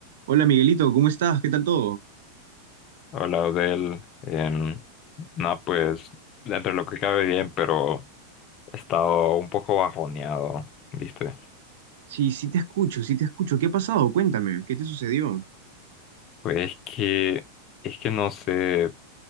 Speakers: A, on the right (about 55°); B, on the left (about 35°).
A: Hola Miguelito, ¿cómo estás? ¿Qué tal todo?
B: Hola, Odel. Em, no, pues dentro de lo que cabe bien, pero he estado un poco bajoneado, ¿viste?
A: Sí, sí te escucho, sí te escucho. ¿Qué ha pasado? Cuéntame, ¿qué te sucedió?
B: Pues es que, es que no sé.